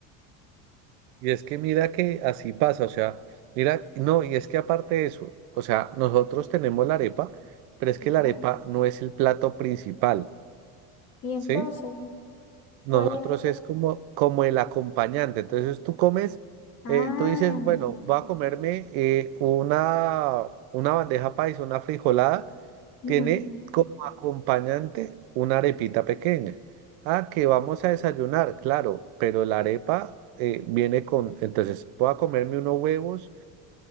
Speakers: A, on the right; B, on the left.
A: Y es que mira que así pasa, o sea, mira, no, y es que aparte de eso, o sea, nosotros tenemos la arepa, pero es que
B: Ajá.
A: la arepa no es el plato principal,
B: Y entonces,
A: ¿sí? Nosotros
B: ¿cuál es?
A: es como, como el acompañante. Entonces tú comes,
B: Ah,
A: eh, tú dices, bueno, voy a comerme eh, una, una bandeja paisa, una frijolada.
B: ujú,
A: Tiene como acompañante una arepita pequeña. Ah, que vamos a desayunar, claro, pero la arepa eh, viene con, entonces voy a comerme unos huevos